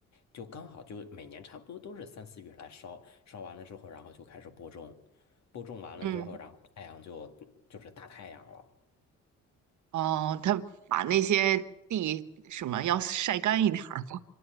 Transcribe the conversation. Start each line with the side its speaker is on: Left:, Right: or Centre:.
Left: 就刚好就每年差不多都是三四月来烧，烧完了之后，然后就开始播种，播种完了之后，
Right: 嗯，
Left: 然后太阳就就是大太阳了。
Right: 哦，他把那些地什么要晒干一点儿。